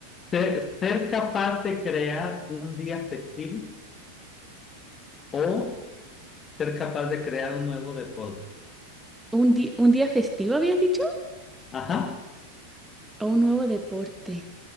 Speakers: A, on the left (about 25°); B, in the centre.
A: ser, ser capaz de crear un día festivo o ser capaz de crear un nuevo deporte.
B: ¿Un di- un día festivo habías dicho?
A: Ajá.
B: ¿O un nuevo deporte?